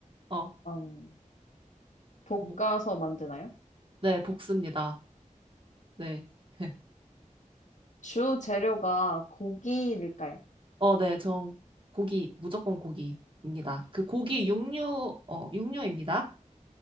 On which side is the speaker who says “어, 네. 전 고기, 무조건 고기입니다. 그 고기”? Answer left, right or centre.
Right